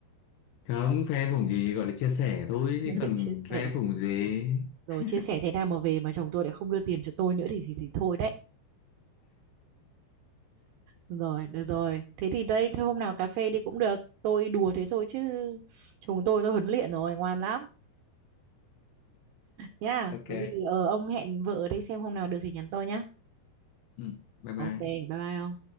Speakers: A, on the left; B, on the right.
A: không phe phủng gì gọi là chia sẻ thôi chứ
B: <laughs>
A: còn
B: chia sẻ
A: phe phủng gì
B: rồi
A: <laughs>
B: chia sẻ thế nào mà về mà chồng tôi lại không đưa tiền cho tôi nữa thì thì, thì thôi đấy rồi được rồi thế thì đây thôi hôm nào cà phê đi cũng được tôi đùa thế thôi chứ chồng tôi tôi huấn luyện rồi ngoan lắm nhá
A: ok.
B: có gì ờ ông hẹn vợ ở đây xem hôm nào được thì nhắn tôi nhá
A: ừ, bye bye
B: ok bye bye ông